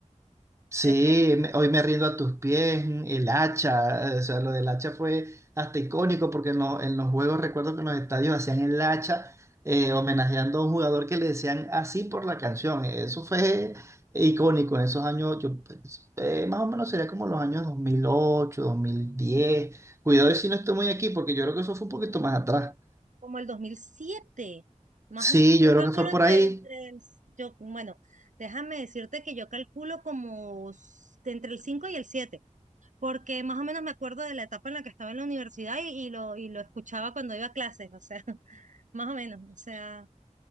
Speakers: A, on the right (about 20°); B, on the right (about 75°).
A: Sí,
B: O sea,
A: me- hoy me rindo a tus pies, el hacha, eh, o sea, lo del hacha fue hasta icónico porque en, lo- en los juegos recuerdo que en los estadios hacían el hacha eh, homenajeando a un jugador que le decían así por la canción, eso fue icónico en esos años, yo, pues, eh, más o menos sería como los años 2008, 2010, cuidado
B: mm,
A: si no estoy muy aquí porque yo creo que eso fue un poquito más atrás,
B: como el dos mil siete, Más
A: sí,
B: o menos,
A: yo
B: yo
A: creo
B: calculo
A: que fue por
B: entre,
A: ahí.
B: entre el, yo, bueno, déjame decirte que yo calculo como s- de entre el 5 y el 7, porque más o menos me acuerdo de la etapa en la que estaba en la universidad y, y lo, y lo escuchaba cuando iba a clases, o sea, <laughs> más o menos, o sea,